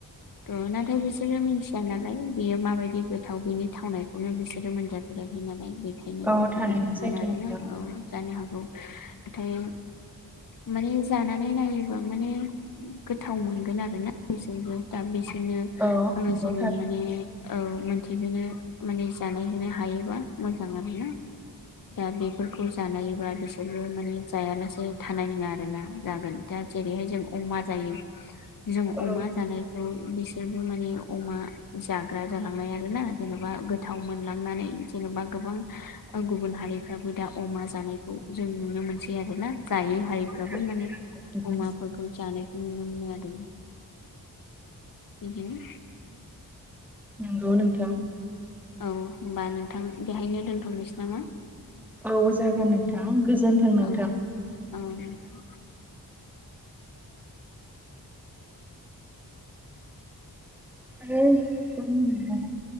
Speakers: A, on the left; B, in the centre.
A: थ' नाथाय बिसोरो मिथिया नालाय बियो माबायदि गोथाव बिनि थावनायखौनो बिसोरो मोनजा फेराखै नालाय बेखायनो
B: औ थारैनो
A: बिदि
B: सैथो नोंथां।
A: जानो हागौ नाथाय माने जानानै नायोबा माने गोथाव मोनगोन आरोना बिसोरबो दा बेसोरनो
B: औ
A: ओ
B: नंगौ
A: जोङो
B: थार
A: माने औ मोनथिहोनो माने जानाय होनोनो हायोबा मोजां आर ना दा बेफोरखौ जानायोबा बिसोरबो माने जायालासे थानाय नङा आरोना जागोन। दा जेरैहाय जों अमा जायो जों
B: औ
A: अमा जानाय बिसोरबो माने अमा जाग्रा जालांनाय आरो ना जेनेबा थाव मोनलांनानै जेनेबा गोबां गुबुन माहारिफ्राबो दा अमा जानायखौ जों नुनो मोनसै आरो ना जायो। हारिफ्राबो
B: थारैनो
A: माने
B: नोंथां
A: अमाखौ जानायखौ नुनो मोनो आरो बिदिनो
B: नंगौ नोंथां।
A: औ होनोमबा नोंथां बेहायनो दोनथ'नोसै नामा?
B: औ जागोन नोंथां गोजोन्थों नोंथां।
A: औ औ नोंथां।
B: <unintelligible> <inaudible>